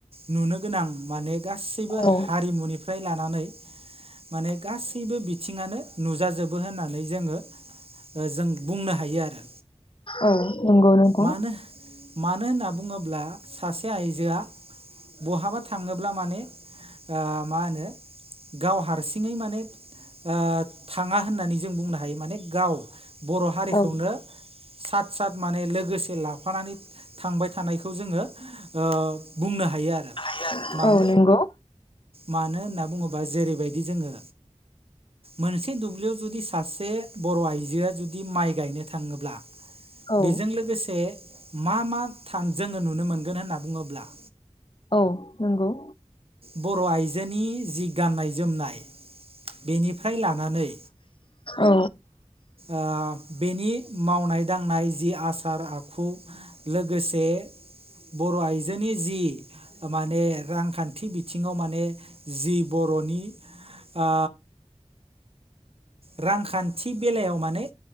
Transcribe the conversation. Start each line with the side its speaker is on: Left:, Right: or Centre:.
Right: नुनो गोनां माने गासैबो
Left: औ
Right: हारिमुनिफ्राय लानानै माने गासैबो बिथिङानो नुजाजोबो होननानै जोङो जों बुंनो हायो आरो।
Left: औ नंगौ नोंथां
Right: मानो मानो होनना बुङोब्ला सासे आइजोआ बहाबा थाङोब्ला माने ओ मा होनो गाव हारसिङै माने ओ थाङा होननानै जों बुंनो हायो माने गाव बर' हारिखौनो
Left: औ
Right: सात सात माने लोगोसे लाफानानै थांबाय थानायखौ जोङो ओ बुंनो हायो आरो।
Left: <unintelligible>
Right: मान
Left: औ नंगौ
Right: मानो होनना बुङोबा जेरैबायदि जोङो मोनसे दुब्लियाव जुदि सासे बर' आइजोआ जुदि माइ गायनो थाङोब्ला
Left: औ
Right: बेजों लोगोसे मा मा थान जोङो नुनो मोनगोन होनना बुङोब्ला
Left: औ नंगौ।
Right: बर' आइजोनि जि गाननाय जोमनाय बेनि फ्राय लानानै
Left: औ
Right: आ बेनि मावनाय दांनाय जि आस सार आखु लोगोसे बर' आइजोनि जि माने रांखान थि बिथिङाव माने जि बर'नि आ रांखान्थि बेलायाव माने